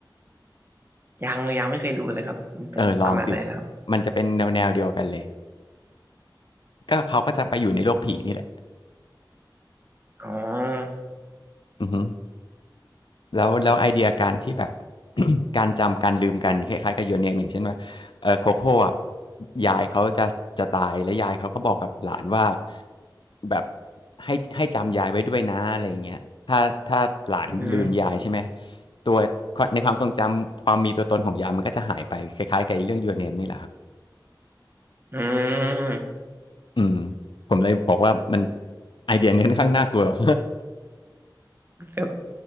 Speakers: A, on the right; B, on the left.
A: ยังยังไม่เคยดูเลยครับมันเป็นประมาณไหนแล้วครับ
B: เออลองสิมันจะเป็นแนวแนวเดียวกันเลยก็เขาก็จะไปอยู่ในโลกผีนี่แหละ
A: อ๋อ
B: อือฮึแล้วแล้วไอเดียการที่แบบ <coughs> <clears throat> การจำการลืมกันคล้ายๆกับยูเนมอย่างเช่นว่าเออโคโค่อะยายเขาจะจะตายแล้วยายเขาก็บอกกับหลานว่าแบบให้ให้จำยายไว้ด้วยนะอะไรอย่างเงี้ยถ้าถ้าหลานลืมยายใช่ไหม
A: อืม
B: ตัวในความทรงจำความมีตัวตนของยายมันก็จะหายไปคล้ายๆกับไอ้เรื่องยูเน n นี่แหละครับ
A: อืม
B: อืมผมเลยบอกว่ามันไอเดียนี้ค่อนข้างน่ากลัว <laughs>
A: ก็